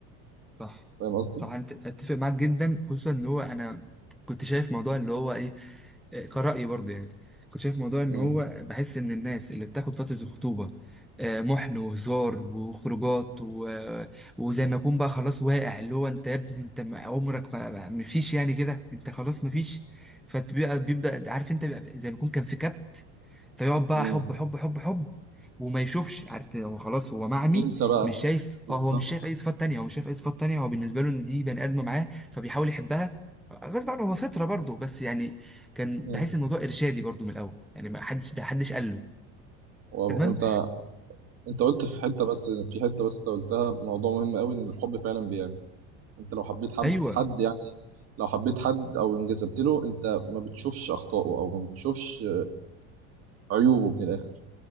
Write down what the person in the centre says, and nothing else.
صح
صح انا أت- اتفق معاك جدا خصوصا ان هو انا كنت شايف موضوع اللي هو ايه كرأيي برضه يعني كنت شايف موضوع ان
هو بحس ان الناس اللي بتاخد فترة الخطوبة آه، محن وهزار وخروجات و... وزي ما يكون بقى خلاص واقع اللي هو انت يا ابني انت ما- عمرك ما ما- مفيش يعني كده انت خلاص مفيش فبيبقى بيبدأ عارف انت بيبقى زي ما يكون كان في كبت فيقعد بقى
حب حب حب حب وما يشوفش عارف هو خلاص هو معمي
مش شايف
اه هو مش شايف اي صفات تانية هو مش شايف اي صفات تانية هو بالنسبة له ان دي بني ادمة معاه فبيحاول يحبها غصب عنه هو فطرة برضه بس يعني كان
بحس الموضوع ارشادي برضو من الاول يعني ما حدش ده حدش قال له
تمام
ايوه